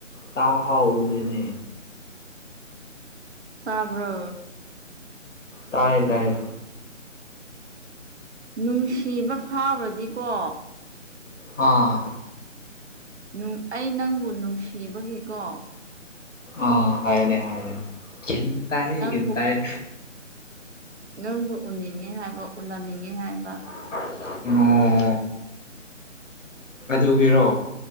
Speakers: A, on the left; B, on the right.
A: ꯇꯥꯍꯥꯎꯗꯦꯅꯦ
B: ꯇꯕ꯭ꯔꯣ
A: ꯇꯥꯏꯌꯦ ꯇꯥꯏꯌꯦ
B: ꯅꯨꯡꯁꯤꯕ ꯐꯥꯎꯔꯗꯤꯀꯣ
A: ꯑꯥ
B: ꯅꯨꯡ ꯑꯩ ꯅꯪꯕꯨ ꯅꯨꯡꯁꯤꯕꯒꯤꯀꯣ
A: ꯑꯣ ꯍꯥꯏꯌꯦꯅꯦ ꯍꯥꯏꯌꯦꯅꯦ ꯒ꯭ꯌꯥꯟ ꯇꯥꯏꯌꯦ
B: ꯅꯪꯕꯨ
A: ꯒ꯭ꯌꯥꯟ ꯇꯥꯏꯌꯦ
B: ꯅꯪꯕꯨ ꯎꯅꯤꯡꯉꯦ ꯍꯥꯏꯕ ꯎꯟꯅꯅꯤꯡꯉꯦ ꯍꯥꯏꯕ
A: ꯑꯣ ꯑꯣ ꯑꯗꯨꯒꯤꯔꯣ